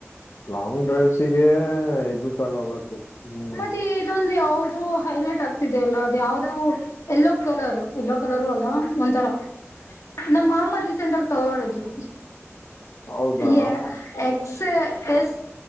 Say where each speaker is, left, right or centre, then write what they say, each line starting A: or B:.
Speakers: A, on the left (about 65°); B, on the left (about 90°).
A: ಲಾಂಗ್ ಡ್ರೈವ್ಸಿಗೆ ಇದು ತಗೋಬೇಕು ಹ್ಮ್
B: ಮತ್ತೆ ದೊಂದು ಯ ಅದು ಹೈಲೈಟ್ ಆಗ್ತಿದೆ ಅಲ್ಲ ಅದು ಯಾವ್ದದು ಎಲ್ಲೋ ಕಲರ್ ಎಲ್ಲೋ ಕಲರು ಅಲ್ಲ ಒಂಥರ ನಮ್ಮ ಮಾಮ ರೀಸೆಂಟ್ ಆಗ ತಗಳಿದ್ರು
A: ಹೌದಾ
B: ಯ ಎ ಎಸ್